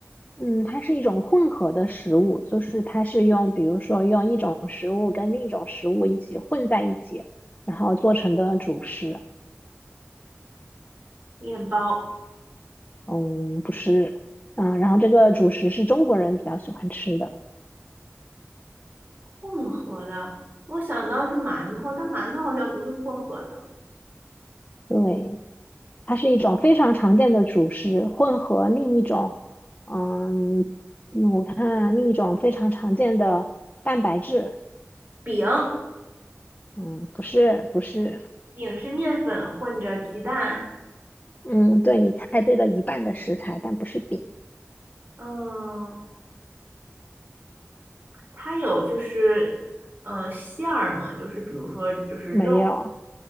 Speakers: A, on the left; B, on the right.
A: 嗯，它是一种混合的食物，就是它是用，比如说用一种食物跟另一种食物一起混在一起，然后做成的主食。
B: 面包
A: 嗯，不是。嗯，然后这个主食是中国人比较喜欢吃的。
B: 混合的，我想到是馒头，但馒头好像不是混合的。
A: 对，它是一种非常常见的主食，混合另一种。嗯，嗯，另一种非常常见的蛋白质，
B: 饼。
A: 嗯，不是不是，
B: 饼是面粉混着鸡蛋，
A: 嗯，对你猜对了一半的食材，但不是饼，
B: 嗯，它有就是，嗯，馅儿嘛，就是比如说就是肉
A: 没有